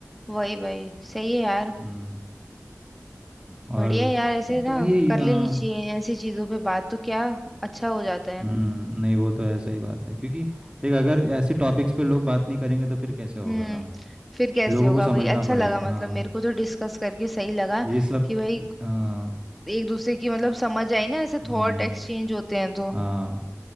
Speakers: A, in the centre; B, on the right.
A: वही वही सही है यार
B: हम्म, और
A: बढ़िया है यार ऐसे
B: अब
A: ना
B: तो ये
A: कर
B: हाँ
A: लेनी चाहिए ऐसी चीजों पे बात तो क्या अच्छा हो जाता है
B: हम्म, नहीं वो तो ऐसा ही बात है क्योंकि देख अगर ऐसे टॉपिक्स पे लोग बात नहीं करेंगे तो फिर कैसे होगा
A: हम्म
B: काम
A: फिर कैसे
B: लोगों
A: होगा
B: को समझना
A: वही अच्छा
B: पड़ेगा
A: लगा मतलब
B: हाँ
A: मेरे को तो डिस्कस करके सही लगा
B: ये सब
A: कि भाई
B: हाँ
A: एक दूसरे की मतलब समझ आई ना ऐसे
B: हम्म,
A: थॉट एक्सचेंज होते हैं तो
B: हाँ